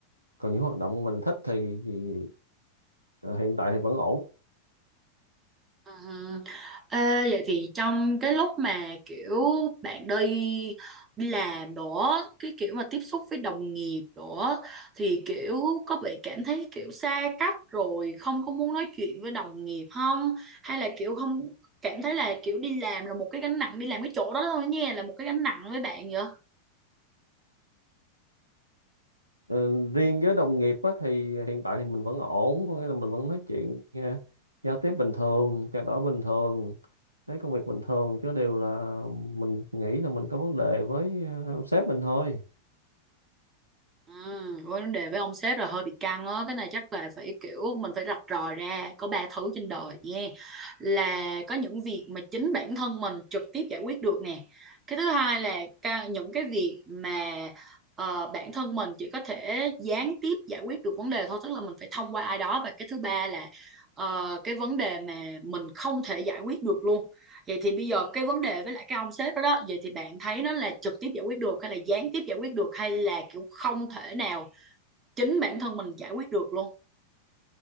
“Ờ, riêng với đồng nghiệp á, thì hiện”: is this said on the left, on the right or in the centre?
Right